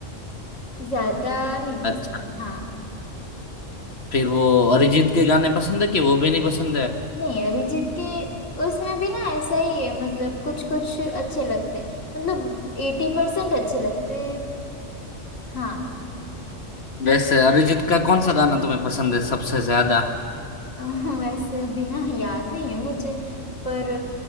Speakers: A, on the left; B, on the left.
A: ज्यादा नहीं
B: अच्छा
A: पसंद हाँ
B: फिर वो अरिजीत के गाने पसंद है कि वो भी नहीं पसंद है
A: नहीं अरिजीत के उसमें भी ना ऐसा ही है मतलब कुछ कुछ अच्छे लगते हैं मतलब एटी परसेंट अच्छे लगते हैं हाँ
B: वैसे अरिजीत का कौन सा गाना तुम्हें पसंद है सबसे ज्यादा
A: <laughs> वैसे अभी ना याद नहीं है मुझे पर